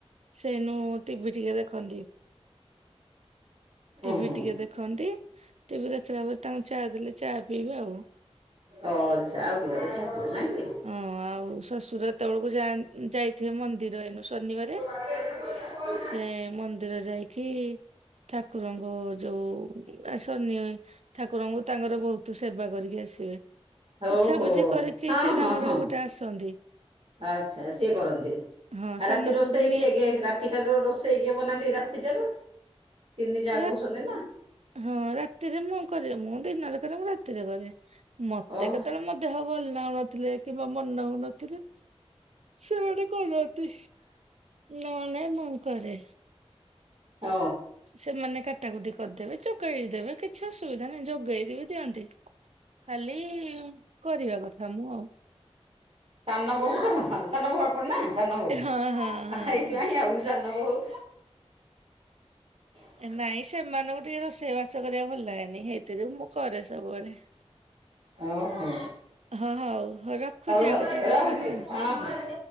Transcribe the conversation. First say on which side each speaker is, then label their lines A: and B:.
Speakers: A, on the right (about 80°); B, on the right (about 60°).
A: ସେଇନୁ ଟିଭି ଟିକେ ଦେଖନ୍ତି। ଟିଭିି
B: ଓହୋ।
A: ଟିକେ ଦେଖନ୍ତି ଟିଭିି ଦେଖିଲା ପରେ ତାଙ୍କୁ ଚା ଦେଲେ ଚା ପିଇବେ ଆଉ।
B: ଓ ଚା ଆଉ ଟିକେ ବ ଛାପ ନାଇଁ କି?
A: ହଁ ଆଉ ଶ୍ୱଶୁର ଏତେବେଳକୁ ଜାଁନ୍ ଯାଇଥିବେ ମନ୍ଦିର ଏଇନୁ ଶନିବାରେ
B: <unintelligible>
A: ସେ ମନ୍ଦିର ଯାଇକି ଠାକୁରଙ୍କୁ ଯୋଉ ବା ସନି ଠାକୁରଙ୍କୁ ତାଙ୍କର ବହୁତ ସେବା କରିକି ଆସିବେ।
B: ହଉ
A: ପୋଛାପୋଛି
B: ହଉ
A: କରିକି
B: ହଁ
A: ସେ
B: ହଁ
A: ତାଙ୍କର
B: ହଁ।
A: ଗୋଟେ ଆସନ୍ତି।
B: ଆଚ୍ଛା ସିଏ କରନ୍ତି
A: ହଁ
B: ଆଉ
A: ସାନ
B: ରାତି ରୋଷେଇ
A: ପୁଅକୁ ନିଏ
B: କିଏ କିଏ ରା ରାତିଟାରୁ ରୋଷେଇ କିଏ ବନାନ୍ତି ରାତିଟାରୁ ତିନି ଯା
A: ରା
B: କହୁଛନ୍ତି ନା।
A: ହଁ ରାତିରେ ମୁଁ କରେ ମୁଁ ଦିନରେ କରେ ମୁଁ ରାତିରେ କରେ ମତେ
B: ଓହ
A: କେତେବେଳେ ମ ଦେହ ଭଲ ନଉନଥିଲେ କିମ୍ବା ମନ ହଉନଥିଲେ ସେମାନେ କରନ୍ତି ନଲେ ନାଇଁ ମୁଁ କରେ।
B: ଅ।
A: ସେମାନେ କାଟାକୁଟି କରିଦେବେ ଚକେଇଳି ଦେବେ କି କିଛି ଅସୁବିଧା ନାହିଁ ଯୋଗେଇଦବ ଦିଅନ୍ତି। ଖାଲି କରିବା କଥା ମୁଁ ଆଉ।
B: ସାନ ବୋହୂ ତ ସାନ ବୋହୂ ଆପଣ ନା ସାନ ବୋହୂ
A: ହଁ ହଁ ହଁ।
B: ଏଇଥିପାଇଁ ଆଉ ସାନ ବୋହୂ <unintelligible>
A: ନାଇଁ ସେମାନଙ୍କୁ ଟିକେ ରୋଷେଇବାସ କରିବା ଭଲ ଲାଗେ। ନି ହେଇଥିଯୋଗୁ ମୁଁ କରେ ସବୁବେଳେ।
B: ଓହୋ
A: ହଁ ହଉ ହଉ ରଖୁଛି
B: ହଉ
A: ଆଉ କେତେବେଳେ
B: ରହୁଛି
A: କଥା ହବା ଆଉ।
B: ହଁ ହଁ।